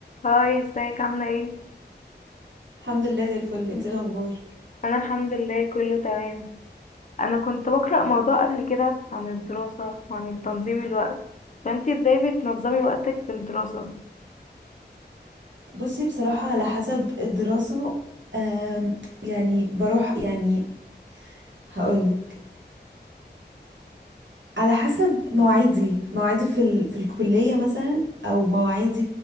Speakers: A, on the left; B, on the right.
A: هاي ازيك عاملة ايه؟
B: الحمد لله زي الفل انت ايه الاخبار
A: أنا الحمد لله كله تمام أنا كنت بقرأ موضوع قبل كده عن الدراسة وعن تنظيم الوقت فأنتي ازاي بتنظمي وقتك في الدراسة؟
B: بصي بصراحة على حسب الدراسة آم، يعني بروح يعني هقولك على حسب مواعيدي مواعيدي في ال... في الكلية مثلا او مواعيدي